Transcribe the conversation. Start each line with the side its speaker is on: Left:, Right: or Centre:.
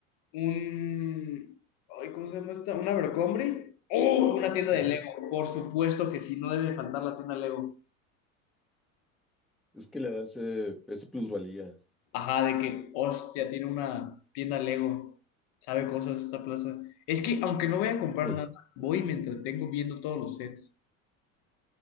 Left: un, ay, ¿cómo se llama esta? ¿Un Abercrombie? ¡Oh! Una tienda
Centre: Ujú.
Left: de Lego. Por supuesto que sí, no debe faltar la tienda Lego.
Centre: Es que le da ese, ese plusvalía.
Left: Ajá, de que, hostia, tiene una tienda Lego. Sabe cosas esta plaza. Es que, aunque no voy a comprar
Centre: Mm.
Left: nada, voy y me entretengo viendo todos los sets.